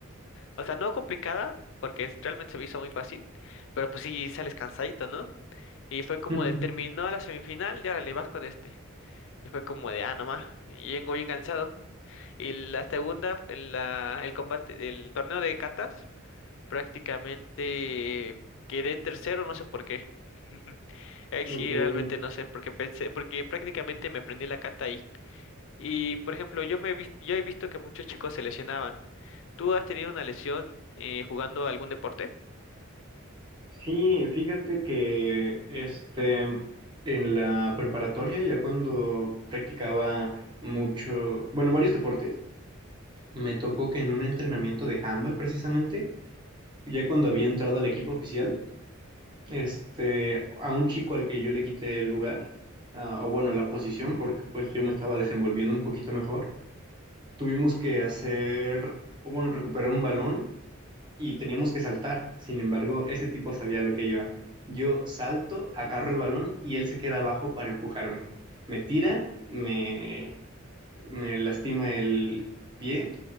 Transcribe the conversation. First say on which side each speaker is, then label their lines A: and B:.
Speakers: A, on the left; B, on the right.
A: o sea, no complicada, porque es- realmente se me hizo muy fácil, pero pues sí sales cansadito, ¿no? Y fue como
B: <laughs>
A: de terminó la semifinal y ahora le vas con este. Y fue como de, ah, nomás, y vengo bien cansado. Y la segunda, en la, el combate, el torneo de catas, prácticamente quedé en tercero, no sé por qué. <laughs> Ahí sí,
B: Ok.
A: realmente no sé, porque pensé, porque prácticamente me aprendí la cata ahí. Y, por ejemplo, yo me he vis- yo he visto que muchos chicos se lesionaban. ¿Tú has tenido una lesión eh, jugando algún deporte?
B: Sí, fíjate que este en la preparatoria, ya cuando practicaba mucho, bueno, varios deportes, me tocó que en un entrenamiento de handball precisamente, ya cuando había entrado al equipo oficial, este, a un chico al que yo le quité el lugar, ah, o bueno, la posición, porque pues yo me estaba desenvolviendo un poquito mejor, tuvimos que hacer, o bueno, recuperar un balón y teníamos que saltar. Sin embargo, ese tipo sabía lo que iba. Yo salto, agarro el balón y él se queda abajo para empujarme. Me tira, me, me lastima el pie